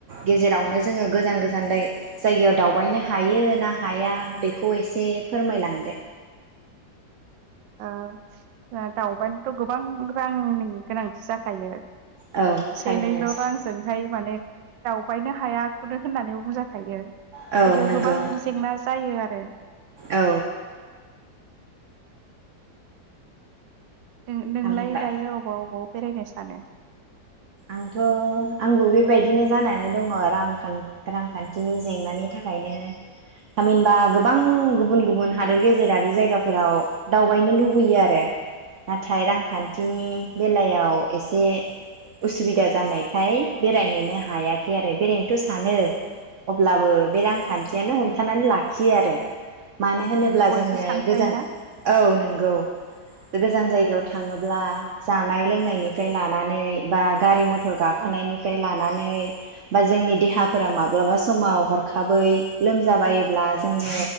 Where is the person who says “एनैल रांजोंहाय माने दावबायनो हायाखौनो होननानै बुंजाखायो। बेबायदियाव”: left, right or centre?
Right